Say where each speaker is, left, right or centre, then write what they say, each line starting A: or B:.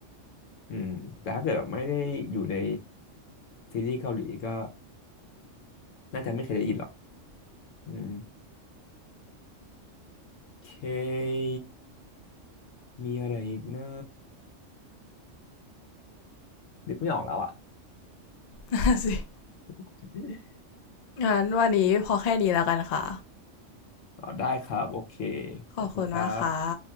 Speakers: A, on the left; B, on the left.
A: อืมแต่ถ้าเกิดแบบไม่ได้อยู่ใน ซีรีส์เกาหลีก็น่าจะไม่เคยได้ยินหรอกอืมเค มีอะไรอีกนะนึกไม่ออกแล้วอ่ะ
B: นั่นสิ <laughs>
A: <laughs>
B: งั้นวันนี้พอแค่นี้แล้วกันค่ะ
A: อ๋อได้ครับ โอเค
B: ขอบคุณมากค่ะ
A: ขอบคุณครับ